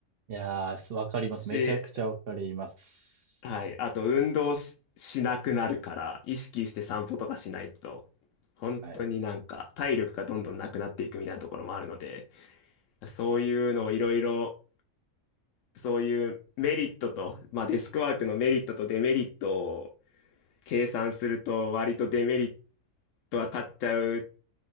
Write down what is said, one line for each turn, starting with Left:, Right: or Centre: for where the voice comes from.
Right: いやー、すわかります。
Left: <laughs> し、
Right: めちゃくちゃわかります。
Left: はい。あと、運動し、しなくなるから、意識して散歩とかしないと、本当になんか、
Right: はい。
Left: 体力がどんどんなくなっていくみたいなところもあるので、そういうのをいろいろ、そういうメリットと、まあ、デスクワークのメリットとデメリットを計算すると割とデメリットは勝っちゃう